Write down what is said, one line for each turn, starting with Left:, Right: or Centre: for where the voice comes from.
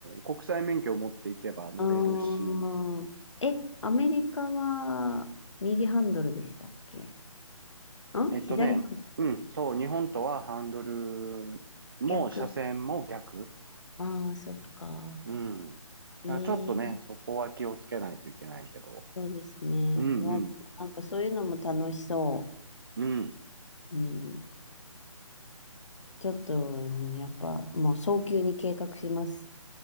Right: 国際免許を持っていけば乗れるし、
Left: あーえ、アメリカは右ハンドルでしたっけん左ハンドル
Right: えっとね、うん、そう、日本とはハンドルも車線も逆。
Left: 逆。ああ、そっか。
Right: うん。だからちょっとね、
Left: ええ
Right: そこは気をつけないといけないけど。
Left: そうですね。
Right: うんうん。
Left: まあ、なんかそういうのも楽しそ
Right: うん。
Left: う。うん、ちょっと、うんやっぱもう早急に計画します。